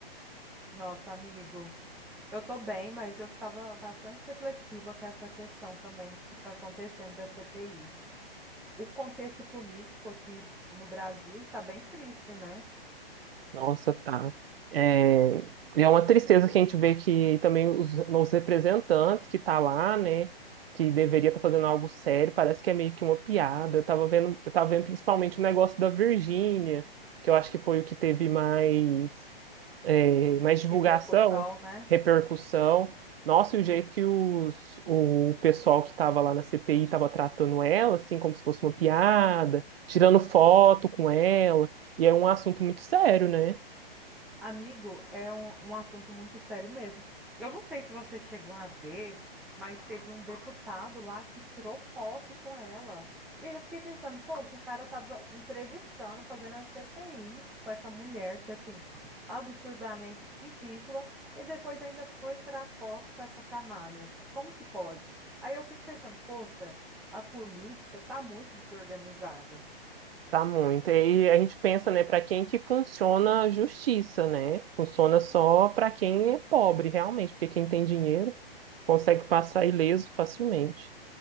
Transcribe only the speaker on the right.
Nossa, tá. É, e é uma tristeza que a gente vê que também os, os representantes que tá lá, né, que deveria estar fazendo algo sério, parece que é meio que uma piada. Eu tava vendo, eu tava vendo principalmente o negócio da Virgínia, que eu acho que foi o que teve mais, é, mais divulgação,
repercussão. Nossa, e o jeito que os, o pessoal que estava lá na CPI estava tratando ela, assim, como se fosse uma piada, tirando foto com ela, e é um assunto muito sério, né?
Tá muito. E aí a gente pensa, né, para quem que funciona a justiça, né? Funciona só para quem é pobre, realmente, porque quem tem dinheiro consegue passar ileso facilmente.